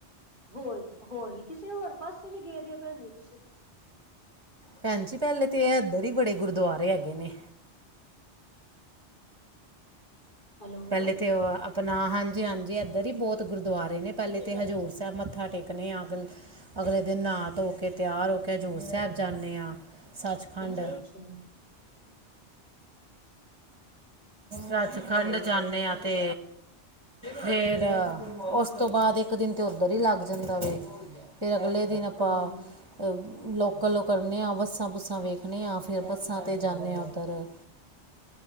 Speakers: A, on the left; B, on the right.
A: ਹੋਰ, ਹੋਰ ਵੀ ਕਿਸੇ ਹੋਰ ਪਾਸੇ ਵੀ ਗਏਦੇ ਹੋ ਭੈਣ ਜੀ ਤੁਸੀਂ?
B: ਭੈਣ ਜੀ, ਪਹਿਲੇ ਤੇ ਇਹ ਇੱਧਰ ਹੀ ਬੜੇ ਗੁਰਦੁਆਰੇ ਹੈਗੇ ਨੇ।
A: ਹੈਲੋ,
B: ਪਹਿਲੇ ਤੇ ਅ ਆਪਣਾ ਹਾਂਜੀ- ਹਾਂਜੀ। ਏਧਰ ਈ ਬੋਤ ਗੁਰਦੁਆਰੇ ਨੇ, ਪਹਿਲੇ ਤੇ ਹਜ਼ੂਰ ਸਾਹਿਬ ਮੱਥਾ ਟੇਕਨੇ ਆ, ਅਗਲੇ ਅਗਲੇ ਦਿਨ ਨਾਹ ਧੋ ਕੇ, ਤਿਆਰ ਹੋ ਕੇ ਹਜੂਰ ਸਾਹਿਬ ਜਾਨੇ ਆ। ਸੱਚਖੰਡ।
A: ਅੱਛਾ-ਅੱਛਾ,
B: ਸੱਚਖੰਡ। ਜਾਨੇ ਆ ਤੇ ਫੇਰ ਉਸ ਤੋਂ ਬਾਅਦ ਇੱਕ ਦਿਨ ਤੇ ਓਧਰ ਹੀ ਲੱਗ ਜਾਂਦਾ ਵੇ। ਫੇਰ ਅਗਲੇ ਦਿਨ ਆਪਾਂ
A: ਹਾਂਜੀ
B: ਲੋਕਲ ਓਹ ਕਰਨੇ ਆ, ਬੱਸਾਂ ਬੁੱਸਾਂ ਵੇਖਨੇ ਆਂ, ਫਿਰ ਬੱਸਾਂ ਤੇ ਜਾਂਨੇ ਆ ਓਦਰ।